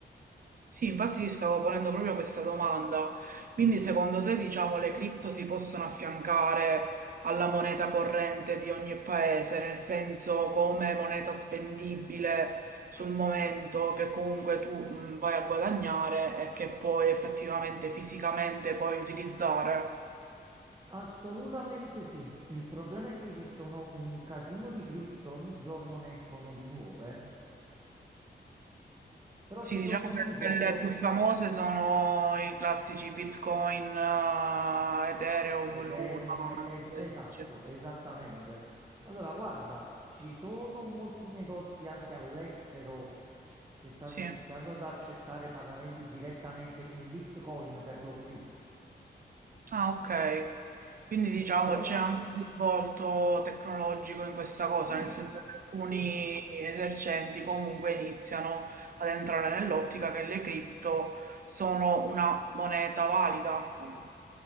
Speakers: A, on the right; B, on the right.
A: Sì, infatti ti stavo ponendo proprio questa domanda. Quindi secondo te, diciamo, le cripto si possono affiancare alla moneta corrente di ogni paese, nel senso come moneta spendibile sul momento che comunque tu mh, vai a guadagnare e che puoi effettivamente fisicamente puoi utilizzare?
B: Assolutamente sì. Il problema è che esistono un casino di cripto, ogni giorno ne escono di nuove. Però
A: Sì,
B: ci sono
A: diciamo
B: tipo
A: che quelle
B: col-
A: più famose sono i classici Bitcoin, eh, Ethereum,
B: Ethereum,
A: Luna,
B: es-
A: questi,
B: esatto,
A: cioè.
B: esattamente. Allora, guarda, ci sono molti negozi anche all'estero che stanno
A: Sì.
B: iniziando ad accettare pagamenti direttamente in Bitcoin per lo più.
A: Ah, ok. Quindi diciamo
B: Però
A: c'è
B: ci...
A: anche
B: s-
A: un risvolto tecnologico in questa cosa,
B: Sì,
A: nel senso che alcuni
B: sì.
A: esercenti comunque iniziano ad entrare nell'ottica che le cripto sono una moneta valida.